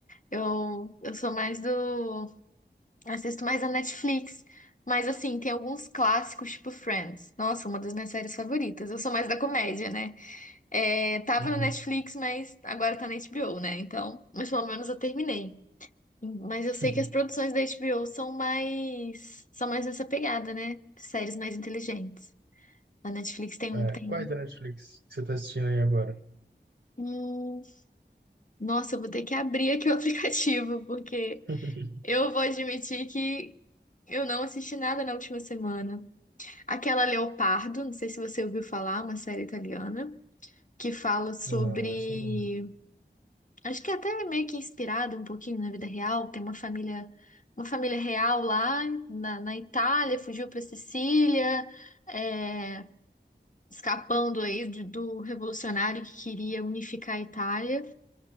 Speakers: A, on the left; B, on the right.
A: Eu, eu sou mais do. Assisto mais a Netflix. Mas, assim, tem alguns clássicos, tipo Friends. Nossa, uma das minhas séries favoritas. Eu sou mais da comédia, né? É, tava
B: Uhum.
A: na Netflix, mas agora tá na HBO, né? Então, mas pelo menos eu terminei. Mas eu
B: <laughs>
A: sei que as produções da HBO são mais. São mais nessa pegada, né? Séries mais inteligentes. A Netflix tem
B: É,
A: um. Tem...
B: quais da Netflix que você está assistindo aí agora?
A: Hum, nossa, eu vou ter que abrir aqui o <laughs> aplicativo, porque.
B: <laughs>
A: Eu vou admitir que eu não assisti nada na última semana. Aquela Leopardo, não sei se você ouviu falar, uma série italiana, que fala sobre.
B: Não, essa ainda não.
A: Acho que é até meio que inspirada um pouquinho na vida real. Tem uma família, uma família real lá na, na Itália, fugiu para Sicília, é, escapando aí de- do revolucionário que queria unificar a Itália.